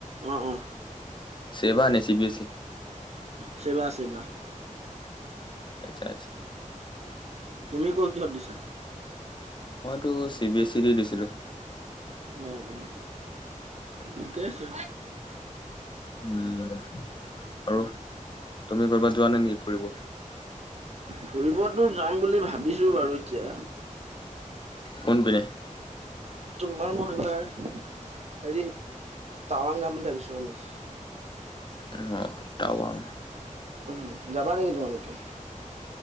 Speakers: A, on the right (about 55°); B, on the left (about 35°).
A: অঁ অঁ
B: চেবা নে C B S E?
A: SEBA, SEBA.
B: আৎচ্ছা আৎচ্ছা।
A: তুমি ক' কিহত দিছা?
B: মইতো চি বি এছ ই তে দিছিলোঁ।
A: অঁ অঁ। ঠিকে আছে।
B: উম' আৰু, তুমি কৰ'বাত যোৱা নাই নিকি ফুৰিব?
A: ফুৰিবতো যাম বুলি ভাবিছোঁ বাৰু এতিয়া।
B: কোনপিনে?
A: তোমাৰ মই এইবাৰ হেৰি, টাৱাং যাম বুলি ভাবিছোঁ আমি।
B: উম অঁ, তাৱাং।
A: উম' যাবা নেকি তোমালোকে?